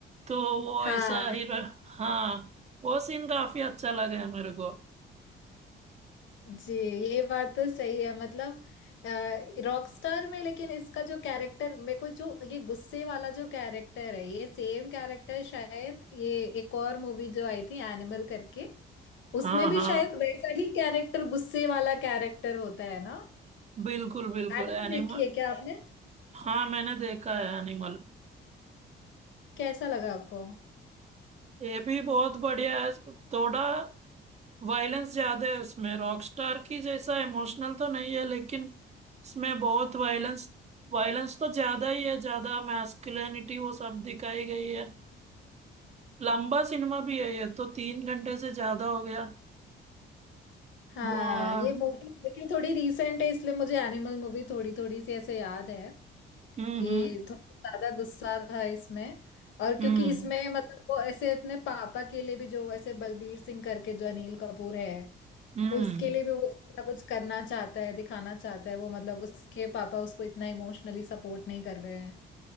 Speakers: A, on the right; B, on the left.
A: तो वो
B: हाँ
A: ऐसा ही रह... हाँ वो सीन काफी अच्छा लगा है मेरे को
B: जी ये बात तो सही है मतलब रॉकस्टार में लेकिन इसका जो कैरेक्टर मेरे को जो ये गुस्से वाला जो कैरेक्टर है ये सेम कैरेक्टर शायद ये एक और मूवी जो आई थी एनिमल करके उसमें
A: हाँ
B: भी
A: हाँ
B: शायद वैसा ही कैरेक्टर गुस्से वाला कैरेक्टर होता है ना
A: बिल्कुल बिल्कुल
B: एनिमल
A: एनिमल
B: देखी है क्या आपने
A: हाँ मैंने देखा है एनिमल
B: कैसा लगा आपको
A: ये भी बहुत बढ़िया है थोड़ा वायलेंस ज्यादा है उसमें रॉकस्टार की जैसा इमोशनल तो नहीं है लेकिन इसमें बहुत वायलेंस वायलेंस तो ज्यादा ही है ज्यादा मैस्कुलिनिटी वो सब दिखाई गई है लंबा सिनेमा भी है ये तो तीन घंटे से ज्यादा हो गया
B: हाँ
A: वो, आ,
B: ये मूवी लेकिन थोड़ी रीसेंट है इसलिए मुझे एनिमल मूवी थोड़ी थोड़ी सी ऐसे याद है
A: हम्म
B: कि
A: हम्म
B: थोड़ा ज्यादा गुस्सा था इसमें और क्योंकि
A: हम्म
B: इसमें मतलब वो ऐसे अपने पापा के लिए भी जो वैसे बलबीर सिंह करके जो अनिल कपूर है
A: हम्म
B: उसके लिए भी वो इतना कुछ करना चाहता है दिखाना चाहता है वो मतलब उसके पापा उसको इतना इमोशनली सपोर्ट नहीं कर रहे हैं